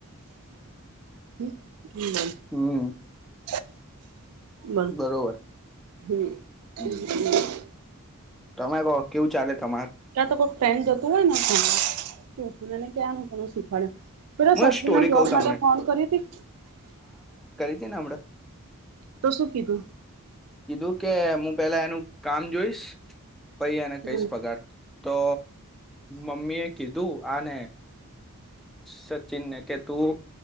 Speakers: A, on the right; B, in the centre.
A: હ હ
B: હમ
A: બસ
B: બરોબર
A: હમ <unintelligible>
B: હમ તમે કહો કેવું ચાલે તમારે
A: ત્યાં તો કોઈક ફ્રેન્ડ જતું હોય ને ભણવા તેને ક્હેવાનું તમે શીખવાડે પેલા
B: હું એક સ્ટોરી
A: સચિનના જોબ
B: કઉ તમને
A: માટે ફોન કરી હતી
B: ઍ ના સાંભળે
A: તો શુ કીધુ
B: કીધું કે હુ પેલા એનું કામ જોઈશ પછી એને
A: હમ
B: કહીશ પગાર તો મમ્મી એ કીધું અને સચીનને કે તું